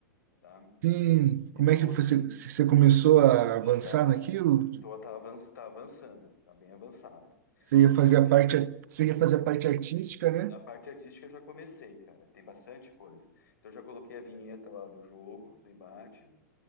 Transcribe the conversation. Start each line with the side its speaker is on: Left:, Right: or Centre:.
Left: tá?
Right: Sim,
Left: Então,
Right: como é que você,
Left: assim,
Right: se você começou a avançar
Left: já
Right: naquilo?
Left: tô, tá, avan- tá avançando, tá bem avançado.
Right: Você
Left: O
Right: ia
Left: que
Right: fazer
Left: eu, fi-
Right: a parte, você ia fazer a parte artística, né?
Left: A parte artística eu já comecei, cara. Tem bastante coisa. Então eu já coloquei a vinheta lá do jogo, do embate.